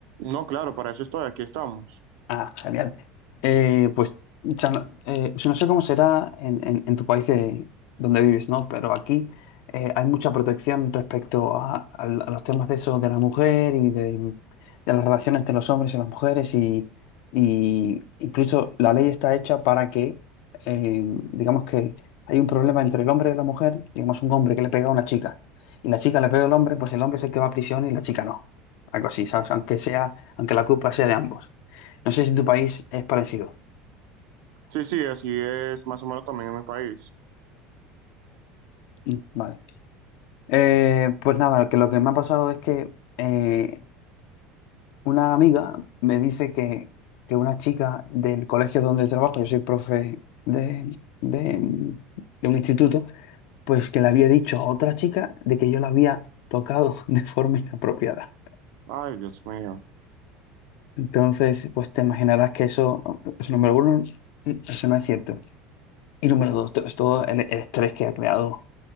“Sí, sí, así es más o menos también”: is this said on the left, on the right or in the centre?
Right